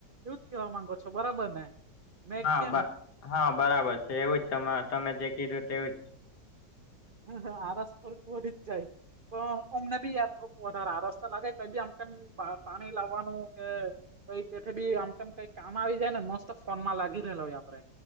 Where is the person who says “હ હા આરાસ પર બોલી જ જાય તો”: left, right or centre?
Right